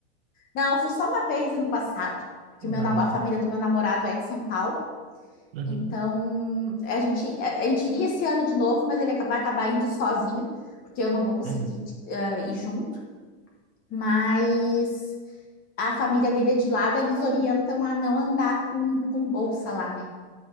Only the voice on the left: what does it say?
não, eu fui só uma vez ano passado, porque o meu,
nam- a
família do meu namorado é de São Paulo.
Então, a gente, a a gente iria esse ano de novo, mas ele acaba- vai acabar indo sozinho, porque eu não vou conseguir,
eh, ir junto. Mas a família dele é de lá, daí eles orientam a não andar com, com bolsa lá, né?